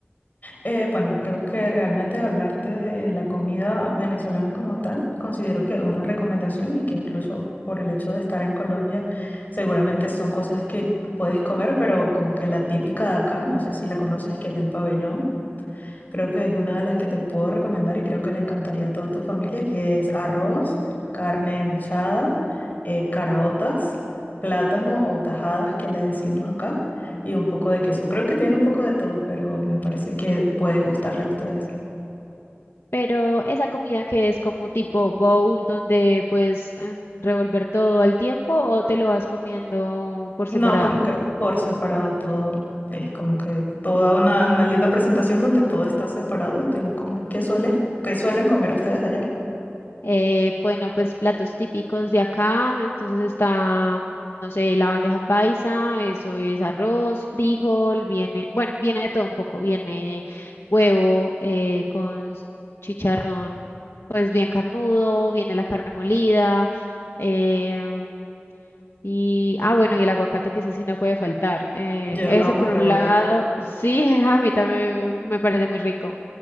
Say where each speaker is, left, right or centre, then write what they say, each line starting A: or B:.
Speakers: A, on the left; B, on the left.
A: Eh, bueno, creo que realmente hablarte de la comida venezolana como tal, considero que una recomendación y que incluso por el hecho de estar en Colombia, seguramente son cosas que puedes comer, pero como que la típica de acá, no sé si la conoces, que es el pabellón. Creo que es una de las que te puedo recomendar y creo que le encantaría a toda tu familia, que es arroz, carne mechada, eh, caraotas, plátano o tajadas que le decimos acá y un poco de queso. Creo que tiene un poco de todo, pero me parece que puede gustarle a ustedes.
B: Pero esa comida que es como tipo bowl, donde puedes mm, revolver todo al tiempo o te lo vas comiendo por
A: No,
B: separado.
A: como que por separado todo. Es como que toda una, una linda presentación donde todo está separado y te lo comes. ¿Qué sueles, qué suelen comer ustedes allá?
B: Eh, bueno, pues platos típicos de acá, entonces está, no sé, la bandeja paisa, eso es arroz, frijol, viene, bueno, viene de todo un poco, viene huevo eh, con s- chicharrón, pues bien carnudo, viene la carne molida, eh, y, ah, bueno, y el aguacate que ese sí no puede faltar. eh,
A: Yo
B: ese
A: amo
B: por
A: el
B: un
A: aguacate.
B: lado, sí, <laughs> a mí también me parece muy rico.